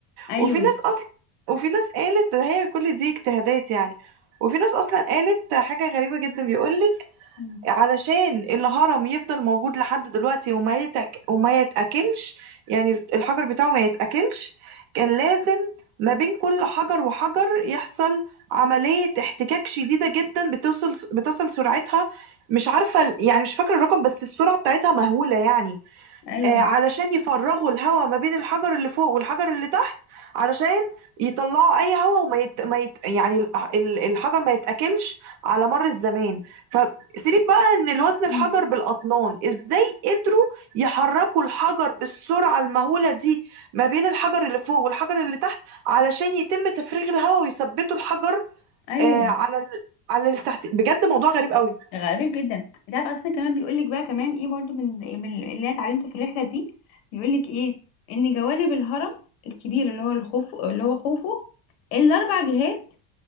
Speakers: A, on the left; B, on the right.
A: ايوه
B: وفي ناس اصلا وفي ناس قالت هي كل دي اجتهادات يعني وفي ناس اصلا قالت حاجه غريبه جدا بيقولك
A: مم.
B: علشان الهرم يفضل موجود لحد دلوقتي وما يتك وما يتأكلش يعني الحجر بتاعه ما يتأكلش كان لازم ما بين كل حجر وحجر يحصل عملية احتكاك شديدة جدا بتوصل بتصل سرعتها مش عارفة يعني مش فاكرة الرقم بس السرعة بتاعتها مهولة يعني
A: ايوه
B: آه، علشان يفرغوا الهواء ما بين الحجر اللي فوق والحجر اللي تحت علشان يطلعوا اي هواء وما يت... ما يت... يعني ال- ال- الحجر ما يتاكلش على مر الزمان فسيبك بقى ان الوزن الحجر
A: مم.
B: بالاطنان ازاي قدروا يحركوا الحجر بالسرعه المهوله دي ما بين الحجر اللي فوق والحجر اللي تحت علشان يتم تفريغ الهواء ويثبتوا الحجر
A: ايوه
B: آه، على ال... على اللي تحت بجد موضوع غريب قوي
A: غريب جدا انت عارف اصلا كمان بيقول لك بقى كمان ايه برضو من من اللي انا اتعلمته في الرحله دي بيقول لك ايه ان جوانب الهرم الكبير اللي هو الخوف اللي هو خوفه الاربع جهات